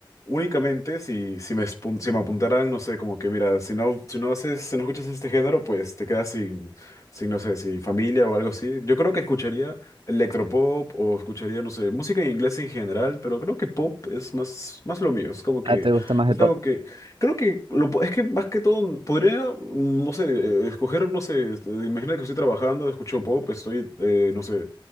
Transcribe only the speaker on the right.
Ah, ¿te gusta más
el pop?